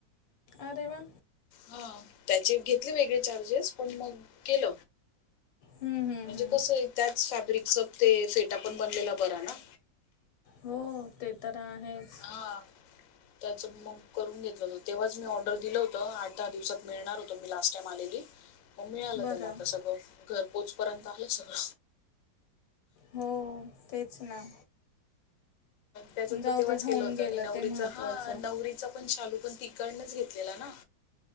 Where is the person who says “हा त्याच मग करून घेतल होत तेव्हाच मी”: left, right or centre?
Left